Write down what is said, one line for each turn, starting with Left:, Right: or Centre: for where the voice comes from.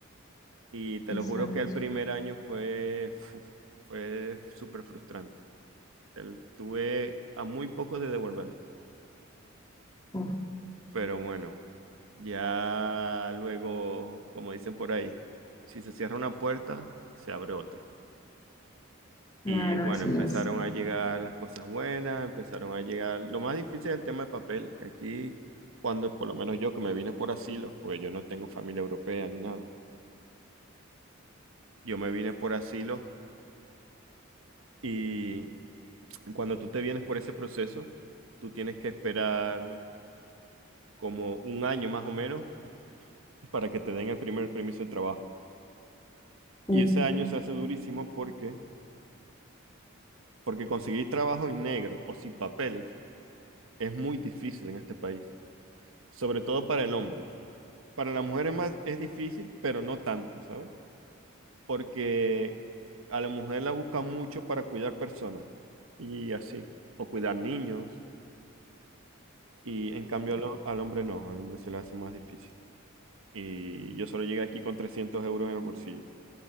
Right: Y te
Left: exacto.
Right: lo juro que el primer año fue, fu, fue súper frustrante. Te- Tuve a muy poco de devolver.
Left: Uf,
Right: Pero bueno, ya luego, como dicen por ahí, si se cierra una puerta, se abre otra. Y
Left: claro,
Right: bueno,
Left: así
Right: empezaron
Left: es.
Right: a llegar las cosas buenas, empezaron a llegar... Lo más difícil es el tema de papeles, que aquí, cuando por lo menos yo que me vine por asilo, pues yo no tengo familia europea ni nada. Yo me vine por asilo y cuando tú te vienes por ese proceso, tú tienes que esperar como un año más o menos para que te den el primer permiso de trabajo.
Left: Uf,
Right: Y ese año se hace durísimo porque porque conseguir trabajo en negro o sin papeles es muy difícil en este país, sobre todo para el hombre. Para la mujer es más, es difícil, pero no tanto, ¿sabes? Porque a la mujer la buscan mucho para cuidar personas y así, o cuidar niños, y en cambio al, ho- al hombre no, al hombre se le hace más difícil. Y yo solo llegué aquí con 300 euros en el bolsillo.